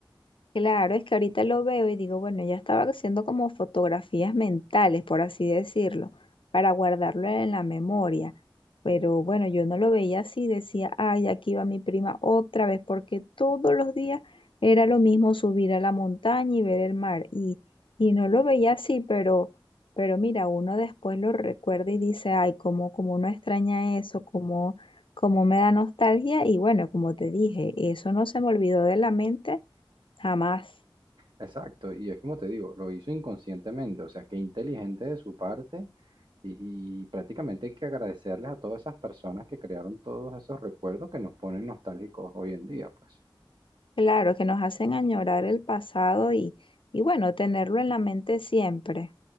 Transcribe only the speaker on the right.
Exacto, y es como te digo, lo hizo inconscientemente, o sea, qué inteligente de su parte y, y prácticamente hay que agradecerles a todas esas personas que crearon todos esos recuerdos que nos ponen nostálgicos hoy en día, pues.